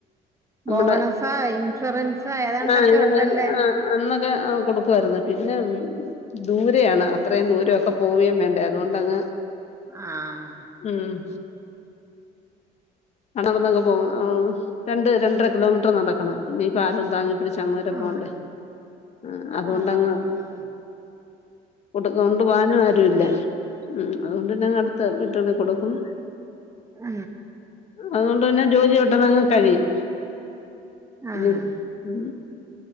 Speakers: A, on the left (about 40°); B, on the right (about 15°).
A: നമ്മുടെ
B: ബോണസാ ഇൻഷുറൻസ ഏതാണ്ടൊക്കെ
A: ആഹ് ഇങ്ങനെ
B: ഉണ്ടല്ലേ
A: ആഹ് അന്നൊക്കെ കൊടുക്കുമായിരുന്ന് പിന്നെ പിന്നെ ദൂരെയാണ് അത്രയും ദൂരംഒ ക്കെ പോവുകയും വേണ്ടേ അതുകൊണ്ടങ്ങ്
B: ആഹ്
A: ഉം ആഹ് നടന്നൊക്കെ പോകും ആഹ് രണ്ട് രണ്ടര കിലോമീറ്റർ നടക്കണം പിന്നെ ഈ പാലും താങ്ങി പിടി ചങ്ങോരെ
B: ആഹ്
A: പോണ്ടേ ആഹ് അതുകൊണ്ടങ്ങ്
B: ആഹ് ആഹ് ആഹ്
A: കൊടു കൊണ്ട് പോവാ നും ആരുല്ല
B: ഉം
A: ഉം അതുകൊണ്ട്ന്നെ അടുത്ത വീട്ടുകളിൽ ക്കൊടുക്കും.
B: ഉ.
A: അതുകൊണ്ട് തന്നെ ജോലി പെട്ടെന്ന് അങ്ങ് കഴിയും. പിന്നെ
B: ആഹ്
A: ഉ